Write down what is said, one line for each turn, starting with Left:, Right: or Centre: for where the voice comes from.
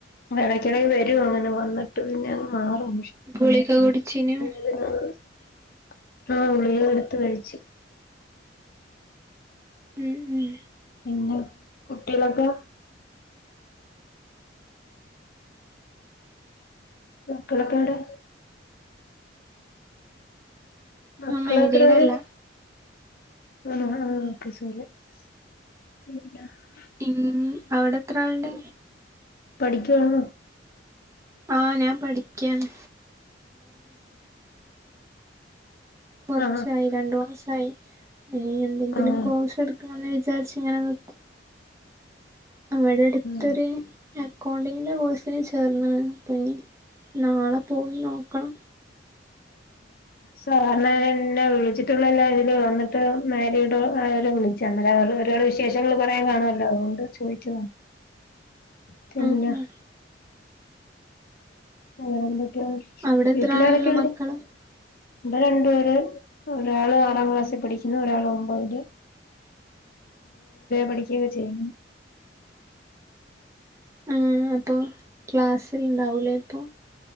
Left: ഇടക്കിടക്ക് വരും അങ്ങനെ വന്നിട്ട് പിന്നെങ്ങ് മാറും
Right: ഗുളിക കുടിച്ചിനു
Left: <unintelligible> ആ ഗുളിക കൊടുത്ത് കയിച്
Right: ഉം ഉം
Left: ഇങ്ങള് കുട്ടോളൊക്കെ മക്കളിക്കോവിടെ മക്കളേത്രെ
Right: ആഹ് മാരീഡല്ല
Left: പേര് <unintelligible>
Right: മക്കളെത്രണ്ട്
Left: പഠിക്കാണോ
Right: ആ ഞാൻ പഠിക്കാണ് കുറച്ചായി
Left: ആ
Right: രണ്ട് വർഷായി ഇനിയെന്തെങ്കിലും
Left: ആ ആ
Right: കൊയ്സ് എടുക്കണന്ന് വിചാരിച്ചിരിക്കാണ് ആ ഇവിടെടുത്തൊരു
Left: ആ
Right: അക്കൗണ്ടിന്റെ കൊയ്സ്ന് ചേർന്നിക്കണ് ഇപ്പഞ്ഞഹ്. നാളെ പോയി നോക്കണം
Left: സാറിന് എന്നെ വിളിച്ചിട്ടുള്ളല്ലാരിം ഇത്‌ വന്നിട്ട് മേരീടോ ആയി കൊറേ വിശേഷങ്ങള് കൊറേ കണോല്ലോ അതോണ്ടാ ചോയ്ക്നി പിന്ന
Right: ഉം ഉം
Left: അങ്ങനെ ക്കെ വിചാരിച്
Right: അവിടെ
Left: വീട്ടിലാരൊക്കെ
Right: എത്ര ആളാള്ളെ
Left: ണ്ട്
Right: മക്കള്
Left: ഇവിടെ രണ്ട് പേര് ഒരാൾ ആറാം ക്ലാസ്സിൽ പഠിക്കുന്നു ഒരാൾ ഒൻപതിൽ പഠിക്കക്കെ ചെയ്യിണ്
Right: ആ അപ്പൊ ക്ലാസ്എല്ലാം ഇണ്ടാവുലെ പ്പം